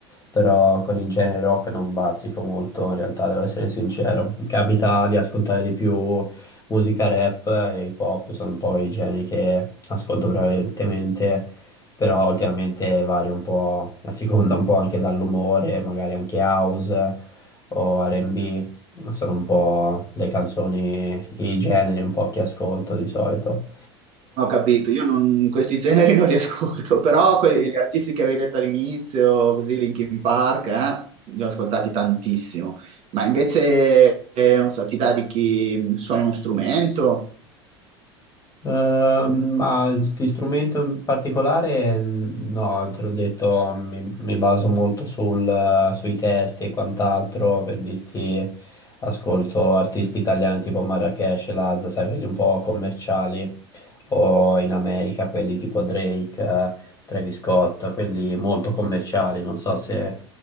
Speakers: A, on the left; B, on the right.
A: però con il genere rock non bazzico molto, in realtà devo essere sincero. Mi capita di ascoltare di più musica rap e hip hop, sono un po' i generi che ascolto prevalentemente, però ultimamente vario un po' a seconda un po' anche dall'umore, magari anche house o R&B. Ma sono un po' le canzoni, i generi un po' che ascolto di solito.
B: Ho capito, io non, questi generi non li ascolto, <laughs> però quelli, gli artisti che avevi detto all'inizio, così Linkin Park, eh, li ho ascoltati tantissimo. Ma invece, eh, non so, ti dà di chi suona uno strumento?
A: Ehm, ma di strumento in particolare, mm, no, te l'ho detto, mi, mi baso molto sul, eh, sui testi e quant'altro per dirti, ascolto artisti italiani tipo Marracash, e Lazza, sai, quelli un po' commerciali, o in America quelli tipo Drake, eh, Travis Scott, quelli molto commerciali, non so se